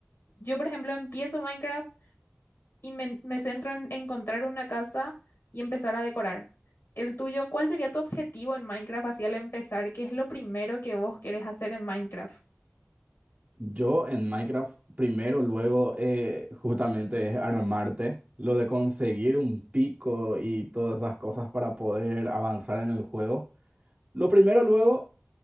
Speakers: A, on the left; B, on the right.
A: Yo, por ejemplo, empiezo Minecraft y me, me centro en encontrar una casa y empezar a decorar. El tuyo, ¿cuál sería tu objetivo en Minecraft así al empezar? ¿Qué es lo primero que vos querés hacer en Minecraft?
B: Yo en Minecraft primero, luego eh, justamente es armarte, lo de conseguir un pico y todas esas cosas para poder avanzar en el juego. Lo primero, luego,